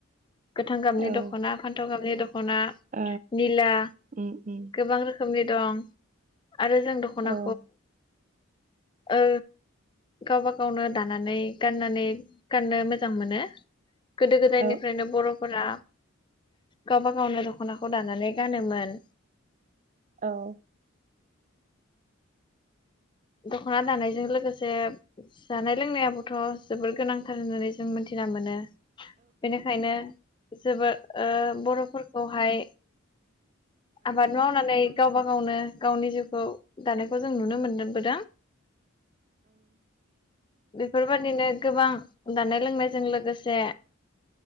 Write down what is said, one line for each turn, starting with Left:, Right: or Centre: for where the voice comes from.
Left: गोथां गाबनि
Right: औ
Left: दख'ना, फान्थाव गाबनि दख दखना,
Right: औ
Left: निला
Right: उम उम
Left: गोबां रोखोमनि दं। आरो जों दख'ना
Right: औ।
Left: ओ गावबा गावनो दानानै गाननानै गाननो मोजां मोनो। गोदो गोदायनिफ्रायनो
Right: औ
Left: बर'फोरा गावबा गावनो दख'नाखौ दानानै गानोमोन।
Right: औ।
Left: दख'ना दानायजों लोगोसे जानाय लोंनायाबोथ' जोबोर गोनांथार होननानै जों मोनथि मोनो बेनिखायनो जोबोद ओ बर'फोरखौ फाय आबाद मावनानै गावबा गावनो गावनि जिउखौ दानो जों नुनो मोनदों बेफोरबायदिनो गोबां दानाय लोंनाय जों लोगोसे